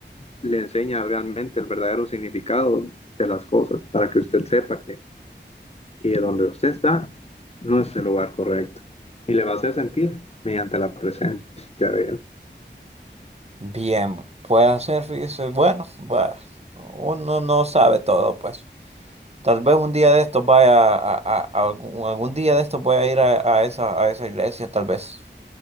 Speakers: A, on the left; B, on the right.
A: le enseña realmente el verdadero significado de las cosas, para que usted sepa que, que donde usted está no es el lugar correcto y le va a hacer sentir mediante la presencia de él.
B: Bien, puede hacer, fíjese, bueno, bueno, uno no sabe todo, pues. Tal vez un día de estos vaya a, a- a algún, algún día de estos voy a ir a, a esa, a esa iglesia, tal vez.